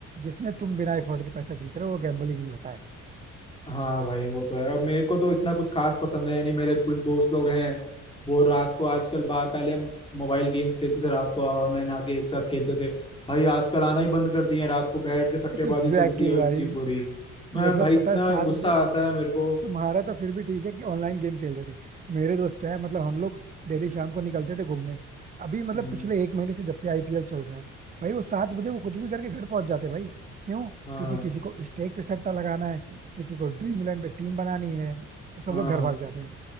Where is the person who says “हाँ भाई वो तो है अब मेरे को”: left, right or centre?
Left